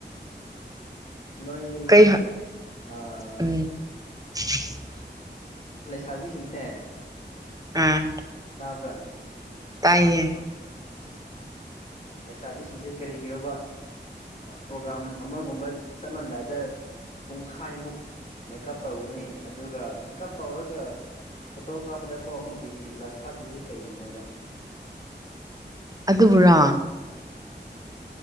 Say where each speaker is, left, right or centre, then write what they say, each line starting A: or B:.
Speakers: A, on the left (about 40°); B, on the right (about 20°).
A: ꯅꯣꯏ
B: ꯀꯩ
A: ꯑꯥ
B: ꯎꯝ <inaudible>
A: ꯂꯩꯁꯥꯕꯤꯁꯤꯡꯁꯦ
B: ꯑꯝ
A: ꯇꯥꯕ꯭ꯔꯥ
B: ꯇꯌꯦ
A: ꯂꯩꯁꯥꯕꯤꯁꯤꯡꯁꯦ ꯀꯔꯤꯒꯤꯅꯣꯕ ꯄ꯭ꯔꯣꯒ꯭ꯔꯥꯝ ꯑꯃꯒꯨꯝꯕ ꯆꯠꯂꯝꯗꯥꯏꯗ ꯄꯨꯡꯈꯥꯏꯃꯨꯛ ꯃꯦꯀꯥꯞ ꯇꯧꯒꯅꯤ ꯑꯗꯨꯒ ꯃꯦꯀꯥꯞ ꯇꯧꯔꯒ ꯐꯣꯇꯣ ꯀꯥꯞꯄꯗꯐꯥꯎ ꯑꯃꯨꯛ ꯕꯤꯌꯨꯇꯤ ꯄ꯭ꯂꯁ ꯍꯥꯞꯄꯤꯁꯦ ꯀꯩꯒꯤꯅꯣꯕ
B: ꯑꯗꯨꯕꯨꯔꯣ